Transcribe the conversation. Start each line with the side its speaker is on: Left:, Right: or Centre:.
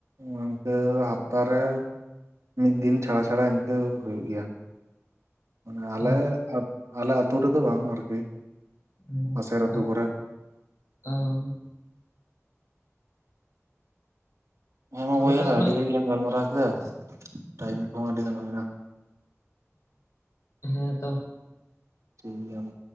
Right: ᱤᱱᱠᱟᱹ ᱦᱟᱯᱛᱟᱟᱨᱮ ᱢᱤᱫ ᱫᱤᱱ ᱪᱷᱟᱲᱟ ᱪᱷᱟᱲᱟ ᱤᱱᱠᱟᱹ ᱦᱩᱭᱩᱜ ᱜᱮᱭᱟ ᱢᱟᱱᱮ ᱟᱞᱮ
Left: ᱚ
Right: ᱟᱞᱮ ᱟᱹᱛᱩ ᱨᱮᱫᱚ ᱵᱟᱝ ᱟᱨᱠᱤ
Left: ᱦᱮᱸ
Right: ᱯᱟᱥᱮᱨ ᱟᱹᱛᱩ ᱠᱚᱨᱮ
Left: ᱚ
Right: ᱦᱮᱸ ᱢᱟ
Left: ᱚᱸᱰᱮ
Right: ᱵᱚᱭᱦᱟ
Left: ᱯᱮ ᱥᱮᱱᱚᱜ
Right: ᱟᱹᱰᱤ ᱜᱷᱟᱹᱲᱤᱡ ᱞᱟᱝ ᱜᱟᱞᱢᱟᱨᱟᱣ ᱠᱮᱫᱟ ᱴᱟᱭᱤᱢ ᱠᱚᱦᱚᱸ ᱟᱹᱰᱤ ᱜᱟᱱ ᱦᱩᱭᱱᱟ
Left: ᱦᱮᱸ ᱛᱚ
Right: ᱴᱷᱤᱠ ᱜᱮᱭᱟ ᱢᱟ